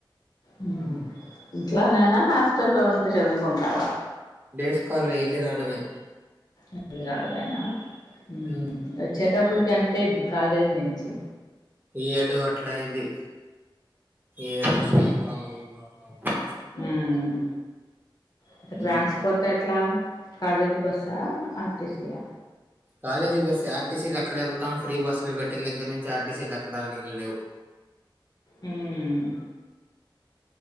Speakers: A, on the left (about 50°); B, on the right (about 25°).
A: హుమ్ ఇంట్లనేనా హాస్టల్లో ఉండి చదుకుంటావ
B: డేస్కాల్ ఎల్లీ రాడమే
A: ఎల్లిరాడమేన మ్
B: ఉమ్
A: హు ఒచ్చేటప్పుడ్క్ ఎంతయిద్ది కాలేజ్ నుంచి
B: ఏడు అట్ల అయిద్ది ఏడు సాయంత్రం ఏడు అట్ల అయిద్ది
A: మ్ ఇంక ట్రాన్స్పోర్ట్
B: ఉమ్
A: ఎట్లా కాలేజి బస్సా ఆర్ టి సిఆ
B: కాలేజీ బస్సే ఆర్టీసీలొ ఎక్కడేళ్తాం ఫ్రీ బస్సులు పెట్టిన దగ్గర నుంచి ఆర్ టిసిలేక్కడాల్ ఇల్ లేవ్
A: మ్మ్